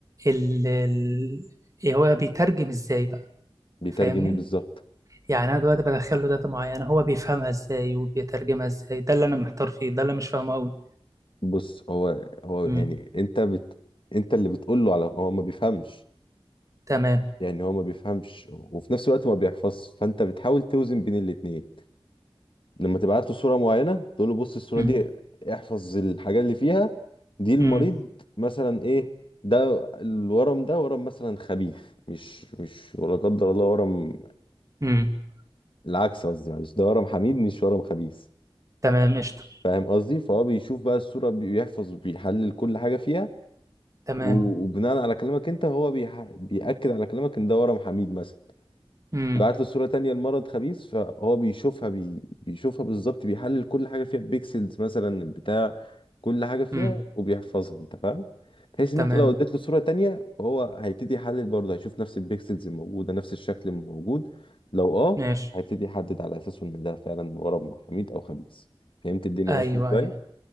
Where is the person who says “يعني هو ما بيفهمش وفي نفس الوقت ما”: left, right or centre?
Left